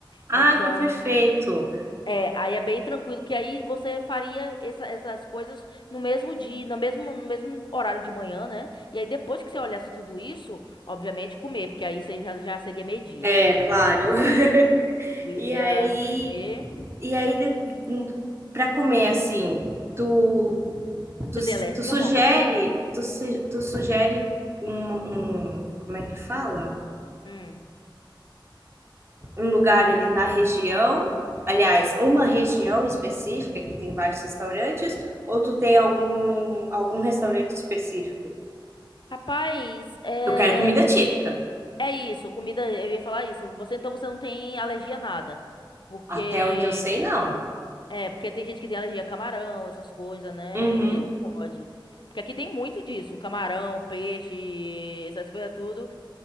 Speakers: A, on the right (about 30°); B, on the left (about 65°).
A: Ah,
B: Então,
A: que perfeito.
B: é, aí é bem tranquilo, que aí você faria essa- essas coisas no mesmo dia, no mesmo, no mesmo horário de manhã, né? E aí depois que você olhasse tudo isso, obviamente comer, porque aí você já, já seria meio-dia.
A: É, claro. <laughs>
B: Eu iria
A: E aí,
B: comer.
A: e aí de- pra comer assim, tu, tu,
B: Você tem alergia
A: tu sugere,
B: a alguma coisa?
A: tu, se- tu sugere um, um, como é que fala?
B: Hum.
A: Um lugar ali na região, aliás, uma região específica que tem vários restaurantes, ou tu tem algum algum restaurante específico?
B: Rapaz, é,
A: Eu quero comida típica.
B: é isso, comida, eu ia falar isso. Você então você não tem alergia a nada. Porque
A: Até onde eu sei, não.
B: é, porque tem gente que tem alergia a camarão, essas coisas, né?
A: Uhum.
B: E aí não pode. Porque aqui tem muito disso, camarão, peixe, essas coisas tudo.